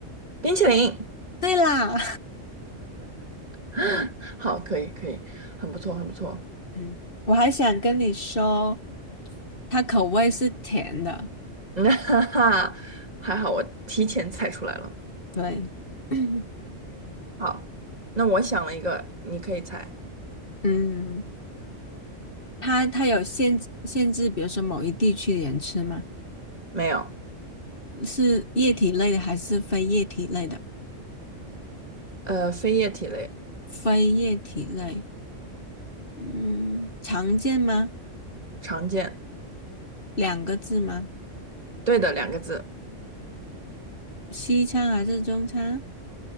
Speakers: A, on the right (about 35°); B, on the left (about 45°).
A: 冰淇淋。
B: 对啦，
A: <laughs> <gasps> 好，可以可以，很不错很不错。
B: <laughs> 我还想跟你说，它口味是甜的。
A: <laughs> 嗯，哈哈，还好我提前猜出来了。
B: 对，<clears throat>
A: 好，那我想了一个，你可以猜。
B: 嗯，它它有限制限制，比如说某一地区的人吃吗？
A: 没有，
B: 是液体类的还是非液体类的？
A: 呃，非液体类，
B: 非液体类。嗯，常见吗？
A: 常见。
B: 两个字吗？
A: 对的，两个字。
B: 西餐还是中餐？